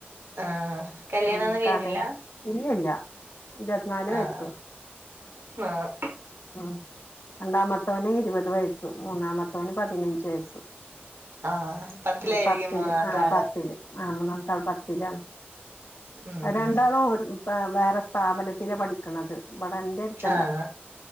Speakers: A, on the right; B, on the left.
A: ആഹ് കല്യാണൊന്നും
B: ഉം
A: കഴിഞ്ഞില്ല
B: കടേ ഇല്ല ഇല്ല ഇരുപത്തിനാല്
A: ആഹ്
B: വയസു
A: ആഹ്
B: ഉം രണ്ടാമത്തോന് ഇരുപത് വയസ്സ് മൂന്നാമത്തവന് പതിനഞ്ച് വയസ്സ്
A: ആഹ് പത്തിലായിരിക്കും
B: ഉം പത്തില്
A: മൂന്നാമത്തെ
B: ആഹ്
A: ആള്
B: പത്തില് ആഹ് മൂന്നാമത്തെ ആൾ പ ത്തിലാണ്
A: ഉം
B: അത് രണ്ടാളും ഒരു പാ വേറെ സ്ഥാപനത്തില പഠി ക്ക്ണത് ഇവടെ എന്റെ എടുത്ത് അല്ല
A: ആഹ്